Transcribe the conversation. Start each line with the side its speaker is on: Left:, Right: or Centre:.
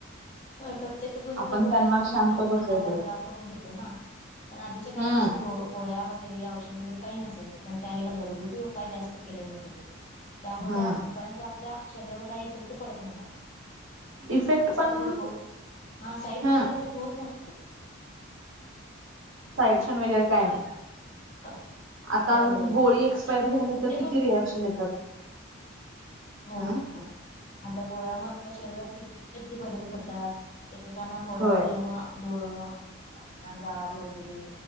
Left: प प्रत्येक गोष्टीला
Right: आपण
Left: गोळ्या
Right: त्यांना
Left: खाऊन
Right: शांत
Left: आपण
Right: बसवतोय
Left: आजार बरा करून घेतो ना. पण आधीच्या काही
Right: हम्म
Left: तसं ग. गोळ्या वगैरे औषध वगैरे काही नसायचं पण त्यावेेळेला घरगुती उपाय जास्त केले जात हो ते. त्यामुळे
Right: हम्म
Left: त्या उपायांचा आपल्या शरीरावर काही इफेक्ट पडत नव्हता.
Right: इफेक्ट पण.
Left: ' <unintelligible> ' तर हा साईड इफेक्ट
Right: हम्म
Left: होत नव्ह
Right: साइडशन वगैरे काय नाही
Left: पण
Right: आता
Left: होय होय
Right: गोळी एक्सपायर झाली
Left: सुटेबल
Right: तर किती. ती रिॲक्शन येतात.
Left: हो
Right: हम्म
Left: <inaudible> हो आणि त्या गोळ्यामुळे आपल्या शरीरात किती काहीतरी बदल करतात. एकेकांना गोळ्या
Right: होय
Left: खाल्यामुळ <unintelligible> गाल वगैरे